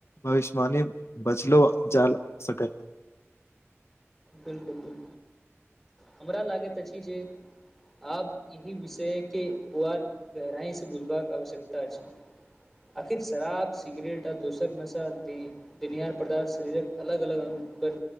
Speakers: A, on the left; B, in the centre.
A: भविष्यवणी बचलो जा सकत
B: बिल्कुल न हमरा लागैत अछि जे आब एहि विषय के वार गहराई से बुझबाक आवश्यकता अछि। आखिर शराब सिगरेट आ दोसर नशा दे देनिहार पदार्थ शरीरक अलग अलग अङ्ग पर